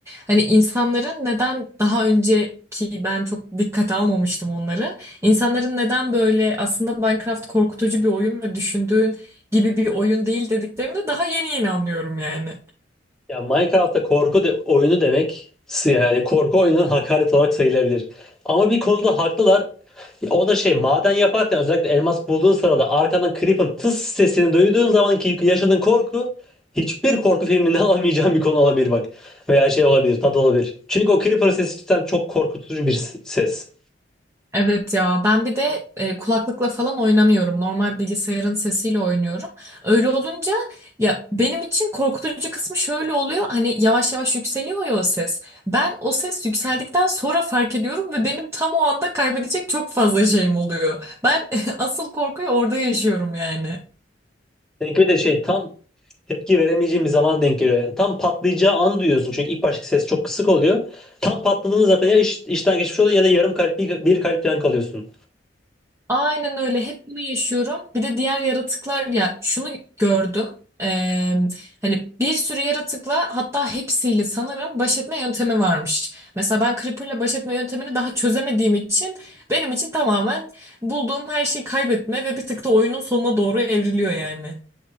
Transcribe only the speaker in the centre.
Ya Minecraft'ta korku de, oyunu demek yani korku oyunun hakaret olarak sayılabilir. Ama bir konuda haklılar. O da şey maden yaparken özellikle elmas bulduğun sırada arkadan creep'in tıs sesini duyduğun zamanki yaşadığın korku hiçbir korku filminde <laughs> alamayacağın bir konu olabilir bak. Veya şey olabilir, tadı olabilir. Çünkü o creeper sesi cidden çok korkutucu bir s- ses.
Seninki bir de şey tam tepki veremeyeceğim bir zaman denk geliyor yani. Tam patlayacağı an duyuyorsun çünkü ilk baştaki ses çok kısık oluyor. Tam patladığında zaten ya iş- işten geçmiş oluyor ya da yarım kalp bir, bir kalp falan kalıyorsun.